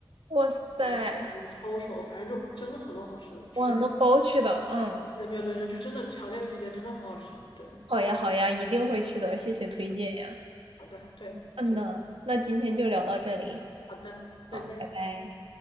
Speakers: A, on the right (about 90°); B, on the left (about 70°).
A: 哇塞，
B: 然后什么抄手，反正就真的很多好吃的，就是
A: 哇，那包去的，嗯，
B: 对对对对，就真的强烈推荐，真的很好吃。对，
A: 好呀，好呀，一定会去的，谢谢推荐呀。
B: 嗯好的，对，
A: 嗯呐，
B: 行，
A: 那今天就聊到这里，
B: 好的，再见。
A: 好，拜拜。